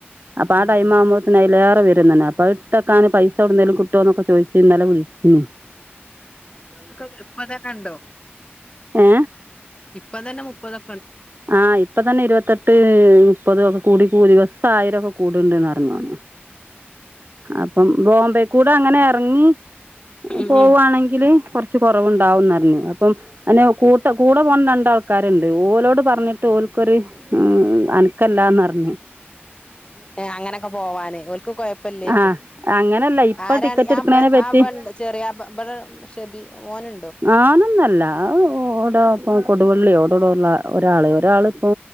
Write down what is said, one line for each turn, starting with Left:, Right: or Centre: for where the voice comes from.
Right: അപ്പ
Left: ആഹ്
Right: ആ
Left: ആഹ്
Right: ടൈമ്
Left: ആഹ്
Right: ആവുമ്പോത്തിന് അയ്ലേറെ വെരും <unintelligible> അപ്പൊ അത് ഇട്ടെക്കാന് പൈസ എവിട്ന്നേലും കിട്ടോന്നൊക്കെ ചോയ്ച്ച് ഇന്നലെ വിൾച്ചീന്ന്
Left: ഇപ്പോതൊക്കെ <unintelligible> ഇപ്പോതൊക്കെണ്ടോ
Right: ഏ
Left: ഇപ്പതന്നെ മുപ്പതൊ
Right: ആ ഇപ്പ തന്നെ ഇരുവത്തെട്ട് ഉം പ്പതൊക്കെ കൂടിക്കൂടി ദിവസം ആയിരൊക്കെ കൂടിണ്ട്ന്നറിഞ്ഞു അപ്പം ബോംബെക്കൂടെ അങ്ങനെ എറങ്ങി <inaudible>
Left: ഉം
Right: പോവാണെങ്കില്
Left: ഉം
Right: കൊറച്ച് കൊറവുണ്ടാവുന്നർഞ്ഞി
Left: ഉം
Right: പ്പം അന്നെ കൂടെ പോകണം രണ്ടാൾക്കാര്ണ്ട് ഓലോട് പറഞ്ഞിട്ട് ഓല്ക്കൊര് ം അൻക്കല്ലാന്നർഞ്ഞ്
Left: എ അങ്ങനക്കെ പോവാന് ഓൽക്ക് കൊപ്പല്ലേക്കും
Right: ആ അങ്ങനല്ല ഇപ്പൊ
Left: ആരാണ
Right: ടിക്കറ്റ് എടുക്കണേനെ പറ്റി
Left: <unintelligible> ചെറിയ <unintelligible> ഓനു
Right: ഓനൊന്നോല്ല അത് ഓൻ്റൊപ്പം കൊടുവള്ള്യോ അവെടവടോള്ളരാള് ഒരാള് പ്പോ